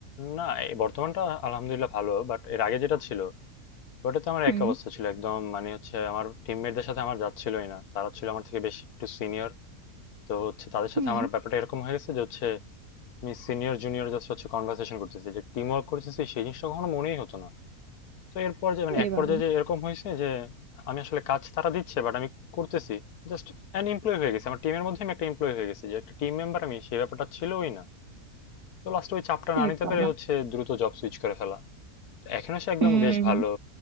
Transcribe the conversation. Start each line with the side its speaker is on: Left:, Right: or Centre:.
Left: না এই বর্তমানটা আলহামদুলিল্লাহ ভালো বাট এর আগে যেটা ছিল ওটাতে আমার
Right: হুম
Left: এক অবস্থা ছিল একদম মানে হচ্ছে আমার টিমমেটদের সাথে আমার যাচ্ছিলই না তারা ছিল আমার থেকে বেশ একটু সিনিয়র তো হচ্ছে তাদের
Right: হুম
Left: সাথে আমার ব্যাপারটা এরকম হয়ে গেছে যে হচ্ছে আমি সিনিয়র জুনিয়র জাস্ট হচ্ছে কনভার্সেশন করতেছি যে টিম ওয়ার্ক করতেছি সেই জিনিসটা কখনো মনেই হতো না তো এর পর্যায়ে মানে
Right: এ
Left: এক
Right: বাবা
Left: পর্যায়ে যে এরকম হয়েছে যে আমি আসলে কাজ তারা দিচ্ছে বাট আমি করতেছি জাস্ট অ্যান এমপ্লয় হয়ে গেছি আমার টিমের মধ্যে আমি একটা এমপ্লয় হয়ে গেছি যে একটা টিম মেম্বার আমি সেই ব্যাপারটা ছিলই না তো লাস্টে ওই চাপটা না
Right: এ
Left: নিতে
Right: বাবা
Left: পেরে হচ্ছে দ্রুত জব সুইচ করে ফেলা তো এখনো সে একদম
Right: হুম
Left: বেশ ভালো